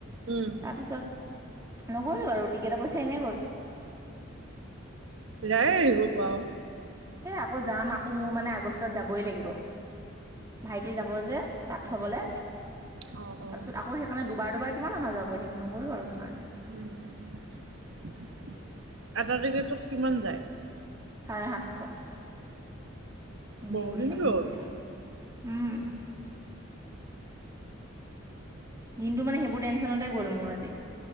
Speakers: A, on the right; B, on the right.
A: উম,
B: তাৰপিছত নগলো আৰু টিকেটৰ পইচা এনেই গ'ল
A: যায় আহিব পাৰ।
B: এ আকৌ যাম আকৌ মোৰ মানে আগষ্টত যাবই লাগিব। ভাইটি যাব যে তাক থবলে।
A: অ', অ'।
B: তাৰপিছত আকৌ সেইকাৰণে দুবাৰ দুবাৰ কিমান অহা যোৱা কৰি থাকিম, নগ'লো আৰু সেইকাৰণে।
A: উম। এটা তিকেতত কিমান যায়?
B: চাৰে সাতশ। এনেই
A: বহুখিনি
B: গৈছে
A: গ'ল।
B: মোৰ পইচা। উম। দিনটো মানে সেইবোৰ টৈনশনতে গ'ল মোৰ আজি।